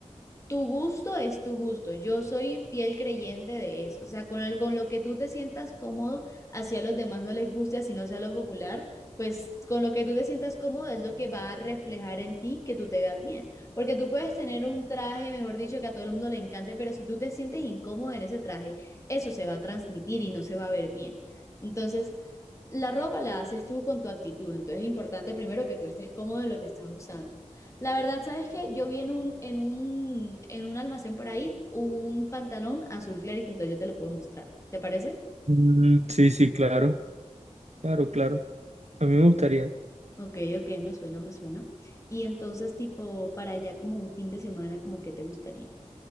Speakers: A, on the left; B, on the right.
A: Tu gusto es tu gusto. Yo soy fiel creyente de eso. O sea, con, el- con lo que tú te sientas cómodo, así a los demás no les guste, así no sea lo popular, pues con lo que tú te sientas cómodo es lo que va a reflejar en ti que tú te veas bien. Porque tú puedes tener un traje, mejor dicho, que a todo el mundo le encante, pero si tú te sientes incómodo en ese traje, eso se va a transmitir y no se va a ver bien. Entonces, la ropa la haces tú con tu actitud. Entonces es importante primero que tú estés cómodo en lo que estás usando. La verdad, ¿sabes qué? Yo vi en un, en un, en un almacén por ahí un pantalón azul clarito, entonces yo te lo puedo mostrar. ¿Te parece?
B: Mm, sí, sí, claro, claro, claro. A mí me gustaría.
A: Ok, ok, me suena, me suena. Y entonces, tipo, para allá como un fin de semana, como que te gustaría.